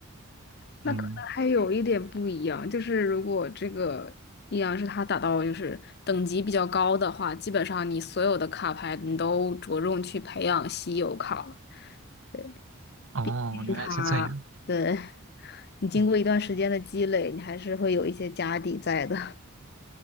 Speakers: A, on the left; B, on the right.
A: 那可能还有一点不一样，
B: 嗯，
A: 就是如果这个阴阳师他打到就是等级比较高的话，基本上你所有的卡牌你都着重去培养稀有卡了，对，
B: 哦，
A: 金卡。
B: 原来是这样。
A: 对，你经过一段时间的积累，
B: 哦，
A: 你还是会有一些家底在的。<laughs>